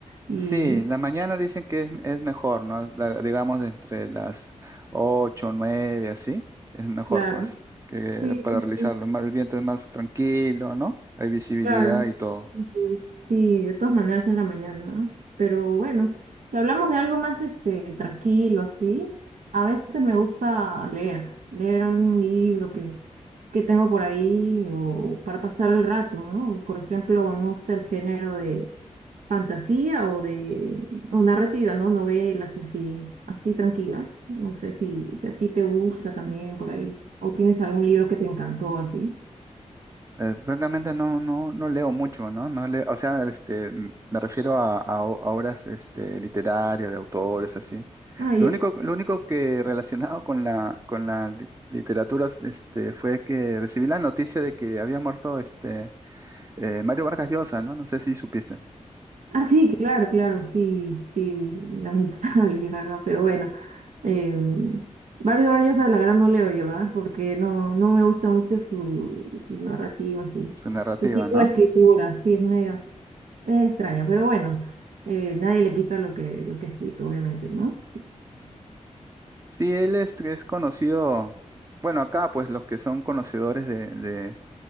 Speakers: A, on the right (about 85°); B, on the right (about 25°).
A: Y
B: sí, la mañana dicen que es, es mejor, ¿no? La- digamos entre las 8 9 así, es mejor,
A: claro,
B: pues, que
A: sí,
B: para
A: sí,
B: realizarlo.
A: sí.
B: Más, el viento es más tranquilo, ¿no? Hay visibilidad
A: Claro,
B: y todo.
A: pues, sí, de todas maneras en la mañana, ¿no? Pero bueno, si hablamos de algo más este tranquilo así, a veces me gusta leer, leer algún libro que, que tengo por ahí o para pasar el rato, ¿no? Por ejemplo, me gusta el género de fantasía o de o narrativa, ¿no? Novelas así, así tranquilas. No sé si, si a ti te gusta también por ahí o tienes algún libro que te encantó así.
B: Eh, francamente no, no, no leo mucho, ¿no? No leo, o sea, este, m- me refiero a, a o- a obras este, literarias, de autores, así.
A: Ah, ya.
B: Lo único, lo único que relacionado con la, con la li- literatura este, fue que recibí la noticia de que había muerto este, eh, Mario Vargas Llosa, ¿no? No sé si supiste
A: Ah, sí, claro, claro, sí, sí, lamentable, <laughs> la verdad, pero bueno. Eh, Barry Barllosa, la verdad, no leo yo, ¿ah? Porque no, no me gusta mucho su, su narrativa, su,
B: su narrativa,
A: su tipo
B: ¿no?
A: de escritura, sí, es medio, es extraño, pero bueno, eh, nadie le quita lo que, lo que ha escrito, obviamente, ¿no?
B: Sí, él es, es conocido, bueno, acá pues los que son conocedores de